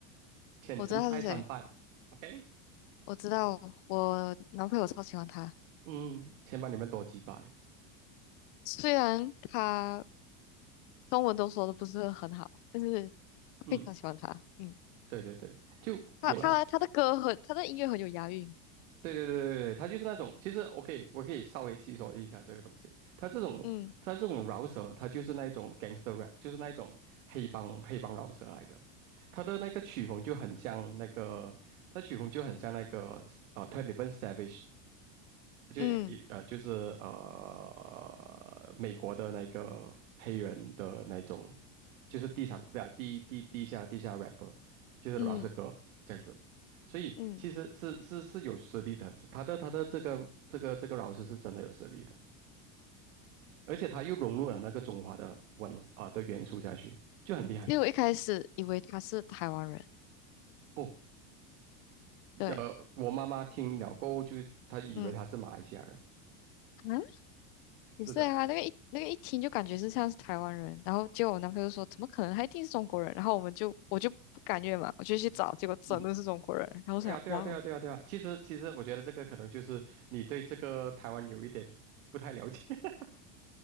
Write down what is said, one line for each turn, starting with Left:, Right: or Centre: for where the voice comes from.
Right: 浅城拜三拜，OK，
Left: 我知道他是谁，我知道我男朋友超喜欢他，
Right: 嗯，先把你们多几百，
Left: 虽然他中文都说的不是很好，但是
Right: 嗯，
Left: 非常喜欢他。嗯，
Right: 对对对，就有了。
Left: 他他他的歌很，他的音乐很有押韵。
Right: 对对对对对，它就是那种，其实我可以我可以稍微细说一下这个东西。它这种它这种饶舌，
Left: 嗯
Right: 它就是那种 gangster rap，就是那种黑帮黑帮饶舌来的。它的那个曲风就很像那个，它曲风就很像那个呃 Twenty One Savage，就一呃，
Left: 嗯
Right: 就是呃，美国的那个黑人的那种，就是地上对啊，地地地下地下 rapper，就是饶舌歌这样子，
Left: 嗯
Right: 所以其实是是是有实力的，
Left: 嗯，
Right: 他的他的这个这个这个饶舌是真的有实力的，而且他又融入了那个中华的文啊、呃的元素下去，就很厉害
Left: 因为我一开始以为他是台湾人，
Right: 哦。
Left: 对。
Right: 呃，我妈妈听了过后就她以为他是马来西亚人，
Left: 嗯。嗯，不是啊，
Right: 是的，
Left: 那个一那个一听就感觉是像是台湾人，然后结果我男朋友就说怎么可能，他一定是中国人，然后我们就我就不甘愿嘛，我就去找，结果真的是中国人，
Right: 嗯。
Left: 然后我想哇哦，
Right: 对啊，对啊，对啊，对啊，对啊。其实，其实我觉得这个可能就是你对这个台湾有一点不太了解，<laughs>